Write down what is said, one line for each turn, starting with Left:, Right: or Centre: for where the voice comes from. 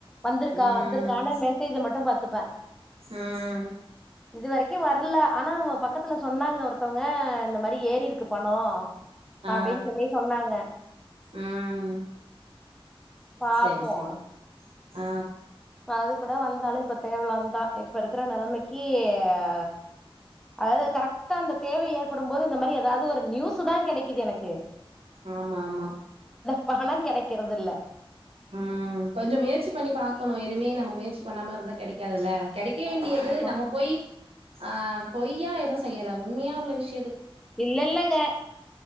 Centre: வந்துருக்கா
Right: ம்
Centre: வந்துருக்கான்னு மெசேஜ மட்டு பாத்துப்ப
Right: ம்
Centre: இது வரைக்கும் வர்ல ஆனா அவ பக்கத்துல சொன்னாங்க ஒருத்தவங்க இந்த மாரி ஏறி இருக்கு பணம்
Right: ஆ
Centre: அப்படின்னு சொல்லி சொன்னாங்க
Right: ம்
Centre: பாப்போம்
Right: செரி செரி ஆ
Centre: அது கூட வந்தாலும் இப்ப தேவலாந்தா இப்ப இருக்குற நெலமைக்கு ஆ அதாவது கரெக்டா அந்தத் தேவை ஏற்படும் போது இந்த மாரி ஏதாவது ன்னு ஒரு நியூஸு தான் கெடைக்குது எனக்கு
Right: ஆமா ஆமா
Centre: னா <unintelligible> அது கெடைக்கறது இல்ல
Right: ம் கொஞ்சம் முயற்சி பண்ணி பாக்கணும் எதுவுமே நம்ம முயற்சி பண்ணாம இருந்தா கெடைக்காதுல்ல கெடைக்க வேண்டியது
Centre: ஆமா
Right: நம்ம போய் ஆ போய் ஏன் எதும் செய்யல உண்மையா உள்ள விஷய
Centre: இல்ல இல்லங்க